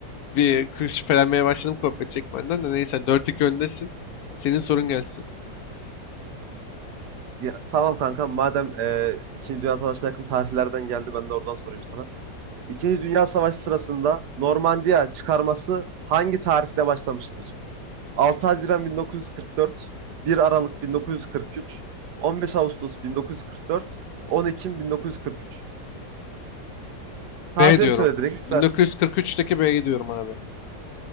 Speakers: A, on the left (about 65°); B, on the right (about 70°).
A: bir kü- şüphelenmeye başladım kopya çekmenden de neyse dört iki öndesin. Senin sorun gelsin.
B: Ya, tamam kankam madem e, İkinci Dünya Savaşı'na yakın tarihlerden geldi ben de oradan sorayım sana. İkinci Dünya Savaşı sırasında Normandiya çıkarması hangi tarihte başlamıştır? 6 Haziran 1944, 1 Aralık 1943, 15 Ağustos 1944, 10 Ekim 1943. Tarihleri
A: B diyorum.
B: söyle direkt.
A: 1943'teki B'yi diyorum abi.